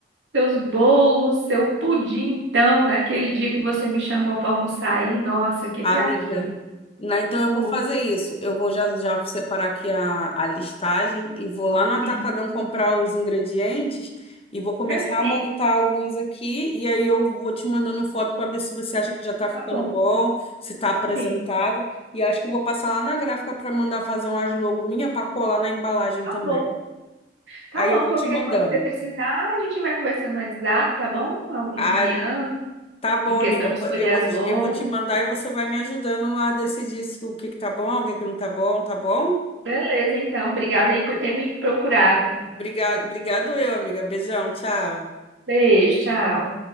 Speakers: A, on the right; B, on the left.
A: seus bolos, seu pudim, então, naquele dia que você me chamou pra almoçar aí, nossa, o que
B: Amiga,
A: que é aquilo?
B: não, então eu
A: Oh,
B: vou fazer isso. Eu vou já, já separar aqui a, a listagem e vou lá no Atacadão
A: sim,
B: comprar os ingredientes e vou começar
A: perfeito,
B: a montar alguns aqui. E aí eu vou te mandando foto para ver se você acha que já está
A: tá
B: ficando
A: bom.
B: bom, se está apresentável.
A: Sim.
B: E acho que eu vou passar lá na gráfica para mandar fazer umas logo minha para colar na embalagem
A: Tá
B: também.
A: bom, tá
B: Aí
A: bom.
B: eu vou
A: Qualquer
B: te mandando.
A: coisa que você precisar, a gente vai conversando no WhatsApp, tá bom? Alguma
B: Ah,
A: opinião
B: tá bom,
A: em questão
B: amiga.
A: de escolher
B: Eu
A: as
B: vou te,
A: logos.
B: eu vou te mandar e você vai me ajudando a decidir se, o que que tá bom, o que que não tá bom, tá bom?
A: Beleza, então. Obrigada aí por ter me procurado.
B: Obrigado, obrigado eu, amiga. Beijão, tchau.
A: Beijo, tchau.